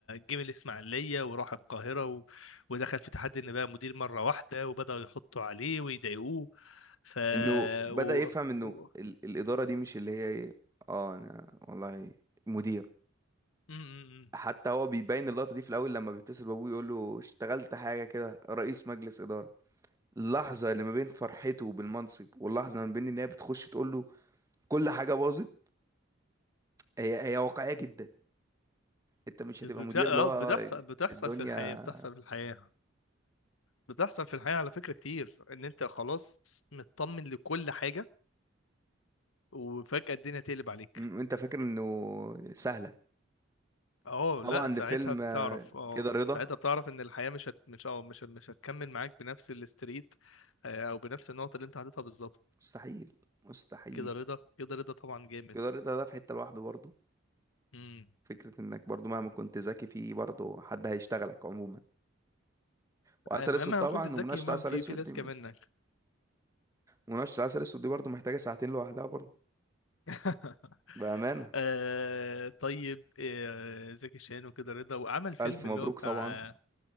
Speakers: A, on the left; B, on the right.
A: جه من الاسماعيليه وراح القاهره و... ودخل في تحدي ان بقى مدير مره واحده وبداوا يحطوا عليه ويضايقوه ف
B: انه بدأ
A: و...
B: يفهم انه
A: و...
B: ال... الإدارة دي مش اللي هي ايه اه انا والله مدير
A: م- م- م.
B: حتى هو بيبين اللقطة دي في الأول لما بيتصل بأبوه يقول له اشتغلت حاجة كده رئيس مجلس إدارة اللحظة اللي ما بين فرحته بالمنصب واللحظة ما بين إن هي بتخش تقول له كل حاجة باظت هي هي واقعية جدا أنت مش هتبقى
A: بت-
B: مدير
A: آه،
B: اللي هو
A: بتحصل
B: آه،
A: بتحصل
B: الدنيا
A: في الحياه بتحصل في الحياه بتحصل في الحياة على فكرة كتير ان انت خلاص مطمن لكل حاجة وفجأة الدنيا تقلب عليك
B: م- أنت فاكر إنه سهلة
A: اه
B: طبعا
A: لا
B: لفيلم
A: ساعتها بتعرف
B: آه،
A: اه
B: كده رضا
A: ساعتها بتعرف ان الحياة مش هت... مش اه مش مش هتكمل معاك بنفس الاستريت آه، او بنفس النقطة اللي انت حاططها بالظبط
B: مستحيل مستحيل
A: كده رضا كده رضا طبعا جامد
B: كده رضا ده في حتة لوحده برضه
A: امم
B: فكرة إنك برضه مهما كنت ذكي فيه برضه حد هيشتغلك عموما وعسل
A: مهما
B: أسود طبعا
A: كنت ذكي
B: ومناقشة
A: ومهما
B: عسل
A: في
B: أسود
A: في لازكة
B: دي
A: منك
B: مناقشة العسل الأسود دي برضه محتاجة ساعتين لوحدها برضه
A: <laughs>
B: بأمانة
A: آه طيب آه زكي شان وكده رضا وعمل فيلم
B: ألف مبروك
A: اللي هو بتاع
B: طبعا